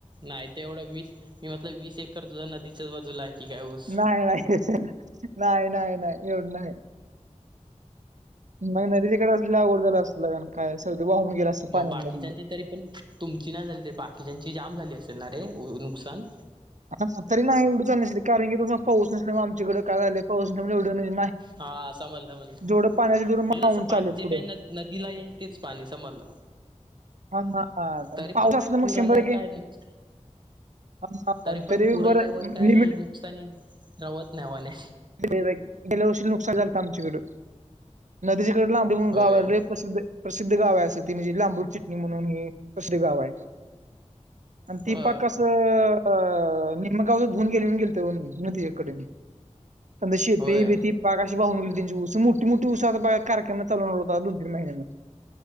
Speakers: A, on the right; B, on the right.
A: नाही ते एवढं वीस मी म्हटलं वीस एकर तुझ नदीच्याच बाजूला आहे. की काय ऊस
B: नाही नाही नाही नाही नाही एवढ नाही. मग नदी तिकडे अवघड झाला असतं लग काय सगळं वाहून गेलं असतं
A: मग
B: पाण्यामध्ये.
A: बाकीच्यांची तरी पण तुमची ना झाली तरी बाकीच्याची जाम झाली असेल ना रे नुकसान?
B: हा तरी नाही एवढंचल अस कारण की तसं पाऊस नसल्यामुळेग आमच्याकडे काय झालेय पाऊस नसल्यामुळे एवढं नाही.
A: हा असं म्हणलं म्हणलं म्हणजे
B: जेवढं पाण्याचं तेवढं मावून
A: तसं पाण
B: चालले
A: जे
B: पुढं
A: काही न नदीला येईल तेच पाणी समजलं.
B: हा हा
A: तरी
B: पाऊस
A: पण
B: असला
A: काय
B: मग
A: पूर
B: शंभर
A: आल्यावर
B: टक्के
A: काय नुक
B: हा, हा.
A: तरी पण पूर
B: बरं
A: आल्यावर काय
B: लिमिट
A: नुकसानी रावत नाही म्हणे.
B: गेल्या वर्षी नुकसान झालंत आमच्याकडं नदीच्याकडे लांबडी मग
A: होय
B: गावरे प्रसिद्ध प्रसिद्ध गाव आहे असं ती म्हणजे लांबूड चिटणी म्हणून हे प्रसिध गाव आहे. आणि ती
A: अ
B: पाकसं निमगावच धुऊन गेली गेल नदीच्याकडे. समद शेतबीती
A: होय
B: बागाशी वाहून गेली त्यांची उस मोठी मोठी ऊस कार्यक्रम चालणार होता दोन तीन महिन्यांं